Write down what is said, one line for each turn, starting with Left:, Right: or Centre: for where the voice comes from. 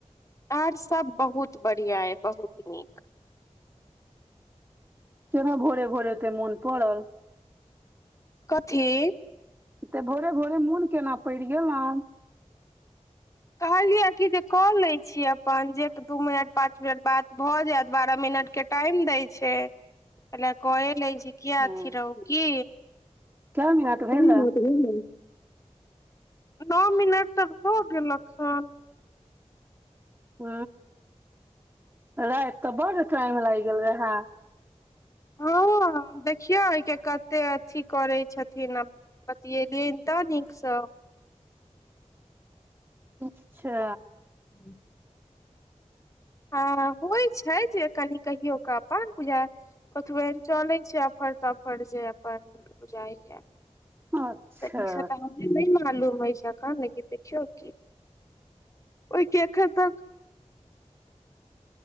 Left: आर सब बहुत बढ़िया यै बहुत नीक
Right: केना भोर भोर एते मन पड़ल
Left: कथी
Right: तऽ भोरे भोरे मोन केना पड़ि गेलौं
Left: कहलियै कि जे कऽ लै छी अपन जे दू मिनट पाँच मिनट बाद भऽ जायत बारह मिनटके टाइम दै छै ओना कऽ लै छी किया
Right: हँ
Left: अथी रहू की
Right: कै मिनट भेल
Left: <unintelligible>
Right: हँ
Left: नौ मिनट तऽ भऽ गेल हन
Right: ह ह राति तऽ बड टाइम लागि गेल रहे
Left: हँ देखियौ आय के कतै अथी करै छथिन अ बतियैलिए तऽ नीक सऽ
Right: अच्छा
Left: हू हा होइ छै जे कनि कहियो कऽ अपन पूजा ओतबे चलैत छै अफर तफर जे अपन जाइय। तऽ
Right: अच्छा
Left: तनी से हम नहि मालूम अछि अखन, लेकिन देखियौ की ओहि कखन तक।